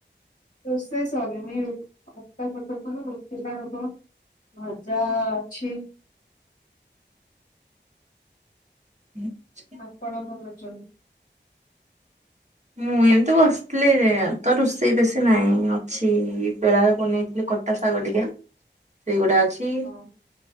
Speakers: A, on the left; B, on the right.
A: ରୋସେଇ ସରିନି ଅଟା ଚକଟୁ ଥିଲି ରୁଟି ହବ। ଭଜା ଅଛି।
B: <inaudible>
A: ଆପଣ କଣ କରୁଛନ୍ତି?
B: ମୁଁ ଏମିତି ବସିଥିଲି ତ ରୁଷେଇ ବେଶୀ ନାହିଁ ଅଛି ବେଳାରେ ବନେଇଥିଲି କ ଶାଗ ଟିକେ ସେଇଗୁଟା ଅଛି।
A: ହଁ